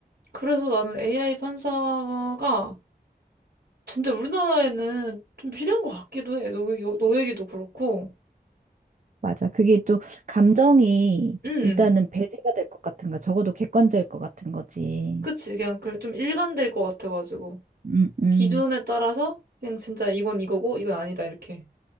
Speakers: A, on the right; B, on the right.
A: 그래서 나는 AI 판사가 진짜 우리나라에는 좀 필요한 것 같기도 해. 너, 요- 너 얘기도 그렇고.
B: 맞아. 그게 또 감정이
A: 음,
B: 일단은 배제가 될 것 같은 거, 적어도 객관적일 것 같은 거지.
A: 그치. 그냥 그 좀 일관될 것 같아가지고.
B: 음, 음.
A: 기준에 따라서 그냥 진짜 이건 이거고 이건 아니다 이렇게.